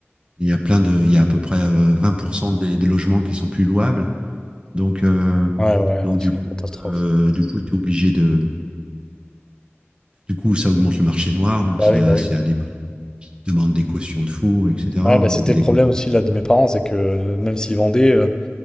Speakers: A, on the right; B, on the left.
A: il y a plein de, il y a à peu près euh, 20% des, des logements qui sont plus louables. Donc euh,
B: Ouais, ouais,
A: donc
B: non,
A: du
B: c'est
A: coup,
B: une catastrophe.
A: euh, du coup, t'es obligé de, du coup, ça augmente le marché noir. Donc
B: Bah
A: c'est
B: oui,
A: à-
B: bah oui,
A: c'est
B: bah
A: à
B: oui.
A: des prix qui demandent des cautions de fous, etc.
B: Ouais, bah c'était
A: Des
B: le problème
A: cautions.
B: aussi là de mes parents, c'est que euh, même s'ils vendaient, euh,